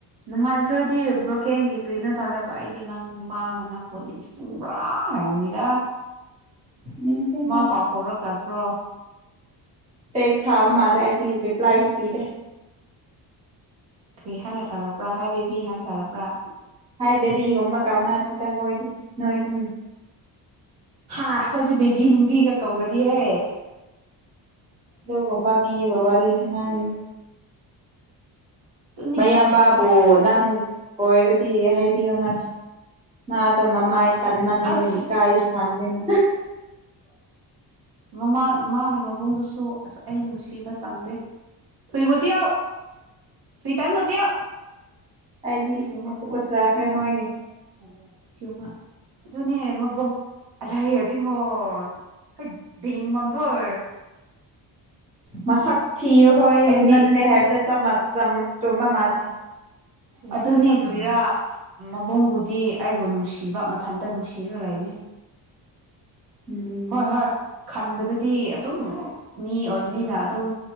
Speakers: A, on the right; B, on the right.
A: ꯅꯍꯥꯟ ꯈ꯭ꯔꯗꯤ ꯕ꯭ꯔꯣꯀꯦꯟꯒꯤ ꯀ꯭ꯔꯤꯅꯣ ꯊꯥꯒꯠꯄ ꯑꯩꯗꯤ ꯅꯪ ꯃꯥꯅ ꯅꯪ ꯄꯣꯟꯅꯤꯡꯁ ꯁꯪꯕ꯭ꯔꯥ ꯍꯥꯏꯅꯤꯔ
B: ꯅꯤꯡꯁꯤꯡꯉꯔꯣꯏ
A: ꯃꯥ ꯄꯥꯎ ꯐꯥꯎꯔꯛꯇꯕ꯭ꯔꯣ
B: ꯇꯦꯛꯁ ꯊꯥꯕ ꯃꯥꯜꯂꯦ ꯑꯩꯗꯤ ꯔꯤꯄ꯭ꯂꯥꯏꯁꯨ ꯄꯤꯗꯦ
A: ꯀ꯭ꯔꯤ ꯍꯥꯏꯅ ꯊꯥꯔꯛꯄ꯭ꯔꯥ ꯍꯥꯏ ꯕꯦꯕꯤ ꯍꯥꯏꯅ ꯊꯥꯔꯛꯄ꯭ꯔꯥ
B: ꯍꯥꯏ ꯕꯦꯕꯤꯒꯨꯝꯕ ꯀꯧꯅꯗꯦꯗ ꯑꯩꯈꯣꯏꯗꯤ ꯅꯣꯏꯒꯨꯝꯅ
A: ꯍꯥ ꯑꯩꯈꯣꯏꯖꯨ ꯕꯦꯕꯤ ꯅꯨꯡꯕꯤꯒ ꯀꯧꯖꯗꯤꯍꯦ
B: ꯑꯗꯨꯒꯨꯝꯕ ꯃꯤꯒ ꯋꯥꯔꯤ ꯁꯥꯟꯅ ꯅꯤꯡꯗꯦ
A: ꯑꯗꯨꯅꯤ
B: ꯃꯌꯥꯝ ꯕꯥꯕꯨ ꯅꯪ ꯑꯣꯏꯔꯗꯤ ꯍꯥꯏꯕꯤꯌꯣ ꯃꯔꯥ ꯃꯥꯗꯣ ꯃꯃꯥꯏ ꯀꯟꯃꯟꯕꯒꯤ
A: ꯑꯁ
B: ꯏꯀꯥꯏꯁꯨ ꯈꯪꯗꯦꯅ
A: ꯃꯃꯥ ꯃꯥꯒꯤ ꯃꯕꯨꯡꯗꯨꯁꯨ ꯑꯁ ꯑꯩ ꯅꯨꯡꯁꯤꯕ ꯆꯪꯗꯦ <unintelligible>
B: ꯑꯩꯗꯤ
A: ꯊꯤꯌꯨ ꯃꯥ
B: ꯇꯨꯀꯠ
A: ꯇꯥꯟ
B: ꯆꯈ꯭ꯔꯦ ꯃꯣꯏꯒꯤ
A: <unintelligible> <unintelligible>
B: ꯃꯁꯛ ꯊꯤꯕꯈꯣꯏ
A: ꯑꯩꯗꯤ
B: ꯍꯦꯟꯃꯜꯂꯦ ꯍꯥꯏꯕꯗ ꯆꯝꯃ ꯆꯝ ꯆꯨꯝꯕ ꯃꯥꯜꯂꯦ
A: ꯑꯗꯨꯅꯦ ꯀꯔꯤꯔꯥ ꯃꯕꯨꯡꯕꯨꯗꯤ ꯑꯩꯕꯨ ꯅꯨꯡꯁꯤꯕ ꯃꯊꯟꯇ ꯅꯨꯡꯁꯤꯔ ꯂꯩꯅꯤ
B: ꯎꯝ
A: ꯍꯣꯏ ꯍꯣꯏ ꯈꯟꯕꯗꯨꯗꯤ ꯑꯗꯨꯝ ꯃꯤ ꯑꯣꯏꯕꯅꯤꯅ ꯑꯗꯨꯝ